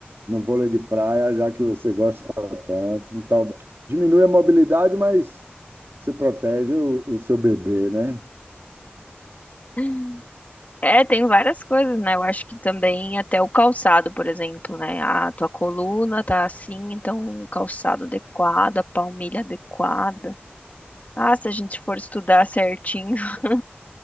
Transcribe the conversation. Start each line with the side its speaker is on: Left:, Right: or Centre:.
Right: no vôlei de praia, já que você gosta tanto. Então, diminui a mobilidade, mas você protege o, o seu bebê, né?
Left: ah. É, tem várias coisas, né? Eu acho que também até o calçado, por exemplo, né? A tua coluna tá assim, então o calçado adequado, a palmilha adequada. Ah, se a gente for estudar certinho <laughs>